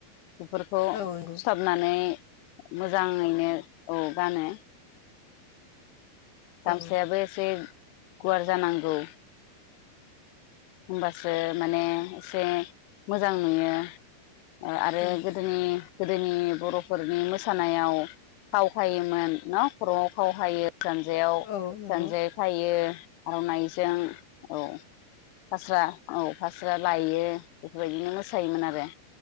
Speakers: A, on the left; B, on the left.
A: बेफोरखौ
B: औ नंगौ
A: सुथाबनानै मोजाङैनो औ गानो गामसायाबो
B: औ
A: एसे गुवार जानांगौ होमबासो माने एसे मोजां नुयो ओ
B: औ
A: आरो गोदोनि गोदोनि बर'फोरनि मोसानायाव खाव खायोमोन न' खर'आव खाव खायो जानजायाव
B: औ नंगौ
A: जानजाय
B: औ
A: खायो आर'नाइजों औ फास्रा औ फास्रा लायो बेफोरबायदिनो मोसायोमोन आरो